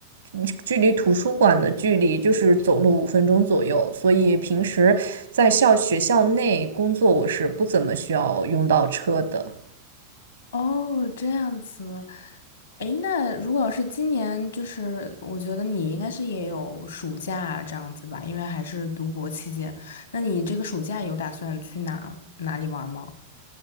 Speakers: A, on the right (about 65°); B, on the left (about 70°).
A: 嗯距离图书馆的距离就是走路五分钟左右，所以平时在校学校内工作我是不怎么需要用到车的。
B: 哦，这样子，诶，那如果是今年，就是我觉得你应该是也有暑假啊这样子吧，因为还是读博期间。那你这个暑假有打算去哪哪里玩吗？